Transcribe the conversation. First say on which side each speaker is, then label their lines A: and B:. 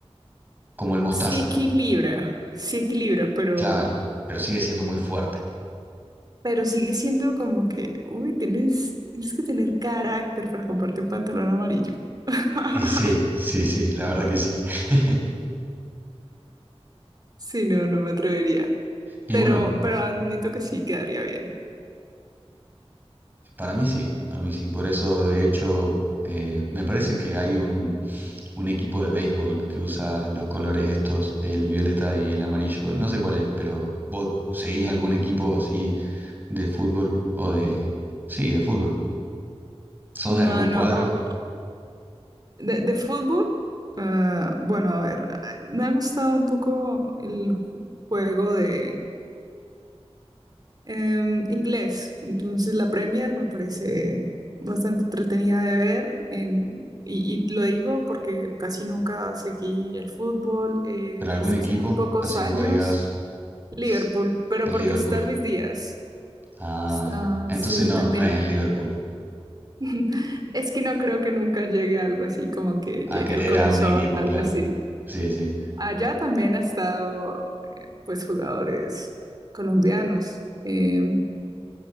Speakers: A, on the right; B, on the right.
A: como el mostaza,
B: Sí equilibra, sí equilibra, pero,
A: claro, pero sigue siendo muy fuerte.
B: pero sigue siendo como que, uy, tienes, tienes que tener carácter para comprarte un pantalón amarillo. <laughs>
A: Y sí, sí, sí, la verdad que sí. <laughs>
B: Sí, no, no me atrevería.
A: Y
B: Pero,
A: bueno,
B: pero admito que sí quedaría bien.
A: para mí sí, para mí sí. Por eso, de hecho, eh, me parece que hay un, un equipo de béisbol que usa los colores estos, el violeta y el amarillo. No sé cuál es, pero ¿vos seguís algún equipo así de fútbol o de... Sí, de fútbol. ¿Sos
B: No,
A: de algún
B: no.
A: cuadro,
B: oh, De, de fútbol, eh, bueno, a ver, me ha gustado un poco el ju- juego de Em, inglés, entonces la Premier me parece bastante entretenida de ver en- y, y lo digo porque casi nunca seguí el fútbol, eh,
A: pero algún
B: hasta
A: equipo?
B: hace muy pocos
A: Así
B: años,
A: que vos digas,
B: Liverpool,
A: "Ss,
B: pero
A: el
B: porque
A: Liverpool.
B: está Luis Díaz,
A: Ah,
B: está,
A: entonces
B: sí,
A: no,
B: también.
A: no es el Liverpool.
B: <laughs> Es que no creo que nunca llegue a algo así, como que
A: A
B: llegue
A: querer
B: al corazón,
A: a un equipo,
B: algo
A: claro.
B: así.
A: Sí, sí.
B: Allá también ha estado, eh, pues, jugadores colombianos. Em,